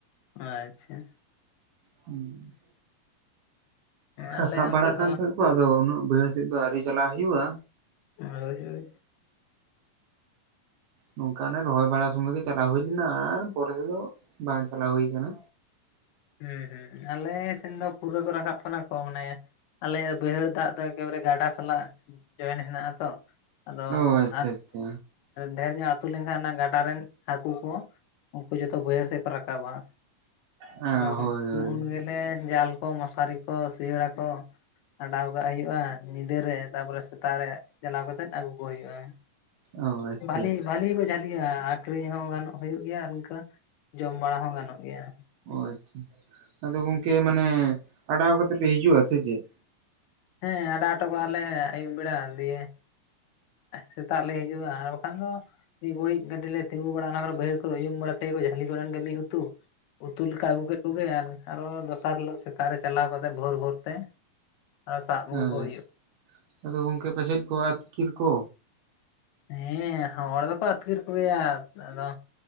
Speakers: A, on the left (about 80°); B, on the right (about 75°).
A: ᱟᱪᱪᱷᱟ᱾
B: ᱦᱩᱸ,
A: ᱟᱞᱮ
B: ᱨᱟᱠᱟᱵ
A: ᱚᱱᱛᱮ
B: ᱵᱟᱲᱟᱜ ᱠᱟᱱ
A: ᱫᱚ
B: ᱛᱟᱦᱮᱸᱫ ᱠᱚ, ᱟᱫᱚ ᱩᱱᱟᱹᱜ ᱵᱟᱹᱭᱦᱟᱹᱲ ᱥᱮᱫ ᱫᱚ, ᱟᱣᱨᱤ ᱪᱟᱞᱟᱜ ᱦᱳᱭᱩᱼᱟ᱾
A: ᱦᱳᱭ - ᱦᱳᱭ᱾
B: ᱱᱚᱝᱠᱟᱱᱮ ᱨᱚᱦᱚᱭ ᱵᱟᱲᱟ ᱥᱩᱢᱚᱭ ᱜᱮ, ᱪᱟᱞᱟᱣ ᱦᱩᱭ ᱞᱮᱱᱟ ᱾ ᱟᱨ ᱯᱚᱨᱮ ᱛᱮᱫᱚ ᱵᱟᱝ ᱪᱟᱞᱟᱣ ᱦᱳᱭ ᱠᱟᱱᱟ᱾
A: ᱦᱩᱸ- ᱦᱩᱸ ᱟᱞᱮ ᱥᱮᱱ ᱫᱚ, ᱯᱩᱨᱟᱹ ᱠᱚ ᱨᱟᱠᱟᱵ ᱠᱟᱱᱟ ᱠᱚ ᱢᱟᱱᱮ ᱟᱞᱮᱭᱟᱜ ᱫᱚ ᱵᱟᱹᱭᱦᱟᱹᱲ ᱫᱟᱜ ᱫᱚ, ᱮᱠᱮᱵᱟᱨᱮ ᱜᱟᱰᱟ ᱥᱟᱞᱟᱜ ᱡᱚᱭᱮᱱ ᱦᱮᱱᱟᱜᱼ ᱟ ᱛᱚ᱾ ᱟᱫᱚ
B: ᱚ ᱟᱪᱪᱷᱟ
A: ᱟᱨ
B: ᱟᱪᱪᱷᱟ
A: ᱰᱷᱮᱨ ᱧᱚᱜ ᱟᱹᱛᱩ ᱞᱮᱱᱠᱷᱟᱱ ᱚᱱᱟ, ᱜᱟᱰᱟ ᱨᱮᱱ ᱦᱟᱹᱠᱩ ᱠᱚ ᱩᱱᱠᱩ ᱡᱚᱛᱚ ᱵᱟᱹᱭᱦᱟᱹᱲ ᱥᱡᱜ ᱠᱚ ᱨᱟᱠᱟᱵᱟ᱾
B: ᱦᱮᱸ
A: ᱟᱫᱚ
B: ᱦᱳᱭ ᱦᱳᱭ
A: ᱩᱱ ᱜᱮᱞᱮ ᱡᱟᱞ ᱠᱚ, ᱢᱚᱥᱟᱨᱤ ᱠᱚ ᱥᱤᱭᱟᱹᱲᱟ ᱠᱚ᱾ ᱟᱰᱟᱣ ᱠᱟᱜ ᱦᱳᱭᱩᱜᱼᱟ, ᱧᱤᱫᱟᱹᱨᱮ ᱛᱟᱯᱚᱨᱮ ᱥᱮᱛᱟᱜ ᱨᱮ ᱪᱟᱞᱟᱣ ᱠᱟᱛᱮᱫ ᱟᱜᱩ ᱠᱚ ᱦᱳᱭᱩᱜᱼᱟ᱾
B: ᱚ ᱟᱪᱪᱷᱟ
A: ᱵᱷᱟᱞᱤ
B: ᱟᱪᱪᱷᱟ
A: - ᱵᱷᱟᱞᱤ ᱠᱚ ᱡᱷᱟᱞᱤᱭᱟ ᱟᱠᱷᱨᱤᱧ ᱦᱚᱸ ᱜᱟᱱᱚᱜ ᱦᱳᱭᱳᱜ ᱜᱮᱭᱟ, ᱟᱨ ᱤᱱᱠᱟᱹ ᱡᱚᱢ ᱵᱟᱲᱟ ᱦᱚᱸ ᱜᱟᱱᱚᱜ ᱜᱮᱭᱟ᱾
B: ᱚ ᱟᱪᱪᱷᱟ ᱟᱫᱚ ᱜᱚᱝᱠᱮ ᱢᱟᱱᱮ, ᱟᱰᱟᱣ ᱠᱟᱛᱮ ᱯᱮ ᱦᱤᱡᱩᱜᱼᱟ ᱥᱮ ᱪᱮᱫ?
A: ᱦᱮᱸ ᱟᱰᱟ ᱚᱴᱚ ᱠᱟᱜᱼᱟ ᱞᱮ, ᱟᱭᱩᱵ ᱵᱮᱲᱟ ᱫᱤᱭᱮ ᱥᱮᱛᱟᱜ ᱞᱮ ᱦᱤᱡᱩᱜᱼᱟ, ᱟᱨ ᱵᱟᱠᱷᱟᱱ ᱫᱚ ᱤᱫᱤ ᱩᱭᱤᱡ ᱜᱟᱹᱰᱤ ᱞᱮ ᱛᱤᱸᱜᱩ ᱵᱟᱲᱟᱜᱼᱟ, ᱚᱱᱟ ᱠᱚᱨᱮ ᱵᱟᱹᱦᱟᱹᱲ ᱠᱚᱨᱮ ᱩᱭᱩᱝ ᱵᱟᱲᱟ ᱛᱮᱜᱮᱠᱚ ᱡᱷᱟᱹᱞᱤ ᱠᱚᱫᱽ ᱮᱱ ᱜᱮ ᱢᱤᱜ ᱩᱛᱩ᱾ ᱩᱛᱩ ᱞᱮᱠᱟ ᱟᱜᱩ ᱠᱮᱜ ᱠᱚᱜᱮ, ᱟᱨ ᱟᱨᱚ ᱫᱚᱥᱟᱨ ᱦᱤᱞᱳᱜ ᱥᱮᱛᱟᱜ ᱨᱮ ᱪᱟᱞᱟᱣ ᱠᱟᱛᱮᱫ, ᱵᱷᱳᱨ - ᱵᱷᱳᱨ ᱛᱮ ᱟᱨᱚ ᱥᱟᱵ
B: ᱦᱮᱸ
A: ᱟᱹᱜᱩ ᱠᱚ ᱦᱩᱭᱩᱜᱼᱟ
B: ᱟᱪᱪᱷᱟ, ᱟᱫᱚ ᱜᱚᱝᱠᱮ ᱯᱟᱥᱮᱡ ᱠᱚ ᱟᱹᱛᱠᱤᱨ ᱠᱚ᱾
A: ᱦᱮᱸᱻ ᱦᱚᱲ ᱫᱚᱠᱚ ᱟᱹᱛᱠᱤᱨ ᱠᱚ ᱜᱮᱭᱟ, ᱟᱫᱚ